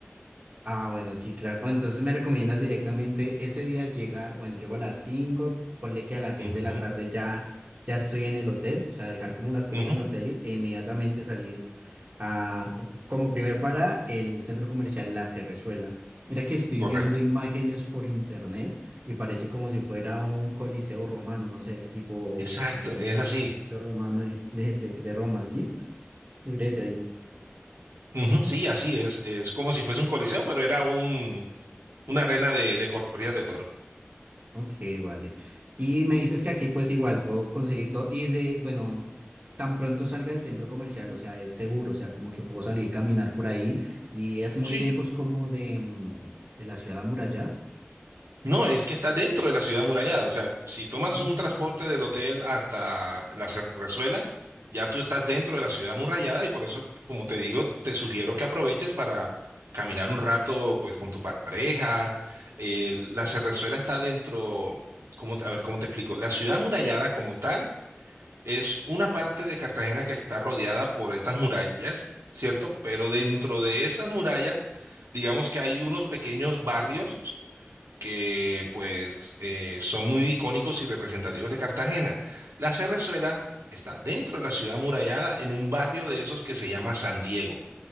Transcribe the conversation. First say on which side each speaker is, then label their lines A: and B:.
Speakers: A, on the right (about 35°); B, on the right (about 80°).
A: Ah, bueno, sí, claro. O Entonces me recomiendas directamente ese día llegar, bueno, llego a las 5, ponle que a las seis
B: Ujú,
A: de la tarde ya, ya estoy en el hotel, o sea, dejar como las cosas
B: ujú,
A: en el hotel y- e inmediatamente salir a, como primer para el centro comercial La Cerrezuela. Mira que estoy
B: correcto.
A: viendo imágenes por internet y parece como si fuera un coliseo romano, no sé, tipo
B: Exacto,
A: en
B: es así.
A: coliseo romano de, de de Roma, ¿sí? De Grecia, digo.
B: Ujú, sí, así es. Es como si fuese un coliseo, pero era un, una arena de, de corridas de toro.
A: Ok, vale. Y me dices que aquí pues igual puedo conseguir todo y de, bueno, tan pronto salga del centro comercial, o sea, es seguro, o sea, como que puedo salir caminar por ahí y es muy
B: Sí.
A: lejos como de, mm, de la ciudad amurallada.
B: No, es que está dentro de la ciudad amurallada. O sea, si tomas
A: Mm,
B: un transporte del hotel hasta la Cerrezuela, ya tú estás dentro de la ciudad amurallada y por eso, como te digo, te sugiero que aproveches para caminar un rato, pues, con tu pareja. Eh, la Cerrezuela está dentro, ¿cómo, a ver, ¿cómo te explico? La ciudad amurallada como tal Es una parte de Cartagena que está rodeada por estas murallas, ¿cierto? Pero dentro de esas murallas, digamos que hay unos pequeños barrios que pues eh, son muy icónicos y representativos de Cartagena. La Cerrezuela está dentro de la ciudad amurallada en un barrio de esos que se llama San Diego.